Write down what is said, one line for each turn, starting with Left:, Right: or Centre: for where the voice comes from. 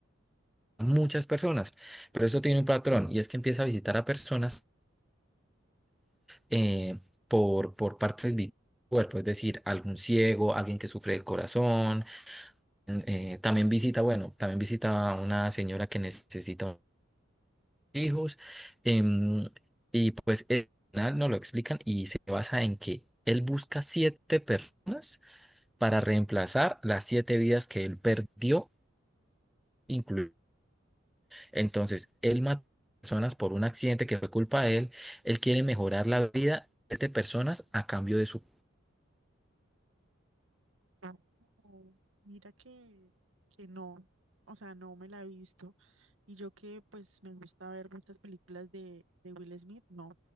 Centre: muchas personas, pero eso tiene un patrón, y es que empieza a visitar a personas eh, por, por partes vitales del cuerpo, es decir, algún ciego, alguien que sufre del corazón, mm, eh, también visita, bueno, también visita a una señora que necesita hijos, em, y pues el final no lo explican y se basa en que él busca siete personas para reemplazar las siete vidas que él perdió, incluido. Entonces, él mató personas por un accidente que fue culpa de él, él quiere mejorar la vida de siete personas a cambio de su
Right: No, mira que, que no, o sea, no me la he visto. Y yo que pues me gusta ver muchas películas de, de Will Smith, no,